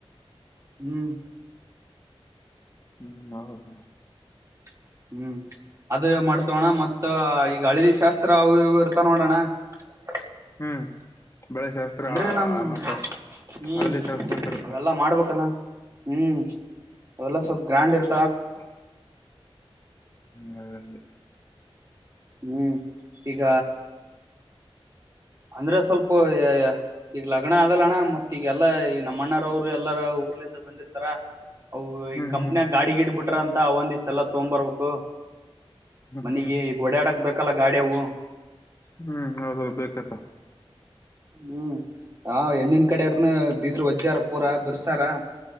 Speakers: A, on the right; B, on the left.
A: ಹ್ಮ್
B: ಹ್ಮ ಹೌದು
A: <inaudible> ಹ್ಮ್ ಅದು ಮಾಡ್ತವಣ್ಣ ಮತ್ತ ಈಗ ಹಳದಿ ಶಾಸ್ತ್ರ ಅವು ಇವು ಇರ್ತವ್ ನೋಡೋಣ <unintelligible>
B: ಹ್ಮ್ ಬಾಳೆಶಾಸ್ತ್ರ
A: ಅಂದ್ರೆ ನಮ್
B: ಮತ್ತ
A: ಹ್ಮ್
B: ಹಳದಿ ಶಾಸ್ತ್ರ ಅಂತ ಇರುತ್ತೆ
A: ಅವೆಲ್ಲಾ ಮಾಡ್ಬೇಕಲ್ಲ ಹ್ಮ್ ಅವಲ್ಲ ಸ್ವಲ್ಪ ಗ್ರಾಂಡ್ ಇರ್
B: <unintelligible> ಹ ಅದೇ
A: ಹ್ಮ್ ಈಗ ಅಂದ್ರೆ ಸ್ವಲ್ಪ ಈಗ ಲಗ್ನ ಅದಲ್ಲಣ್ಣ ಮತ್ ಈಗಲ್ಲಾ ಈ ನಮ್ಮಣ್ಣರವರು ಎಲ್ಲಾರ ಊರ್ಲಿಂದ ಬಂದಿರ್ತಾರ ಅವು
B: ಹ್ಮ್
A: ಈ ಕಂಪ್ನಿಯಾಗ
B: ಹ್ಮ್
A: ಗಾಡಿ ಗಿಡಿ ಬಿಟ್ರ ಅಂತ ಅವು ಒಂದ ಸಲ ಎಲ್ಲ ತೊಗ್ ಬರ್ಬೇಕು ಮನೆಗೆ
B: ಹ್ಮ್
A: ಓಡಡಕ್ ಬೇಕಲ್ಲ ಗಾಡಿವು
B: ಹ್ಮ್ ಹೌದ ಬೇಕತ್ತ
A: ಹ್ಮ್ ಹ ಹೆಣ್ಣನ್ ಕಡಾರ್ನು ಬಿೀಗರು ವಜ್ಜಾರ ಪೂರ ಬಿರ್ಸಾರ